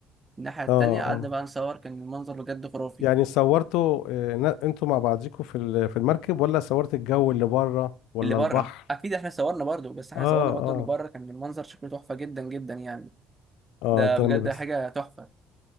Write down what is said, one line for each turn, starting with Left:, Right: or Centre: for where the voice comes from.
Right: الناحيه التانيه
Left: اه
Right: قعدنا
Left: اه
Right: بقى نصور كان المنظر بجد خرافي
Left: يعني صورته آه، ن- انتوا مع بعضيكوا في ال- في المركب ولا صورت الجو اللي بره ولا
Right: اللي بره
Left: البحر
Right: اكيد احنا صورنا برضو بس احنا
Left: اه
Right: صورنا برضو
Left: اه
Right: اللي بره كان المنظر شكله تحفه جدا جدا يعني
Left: اه
Right: ده
Left: انت
Right: بجد
Left: لما بت...
Right: حاجه تحفه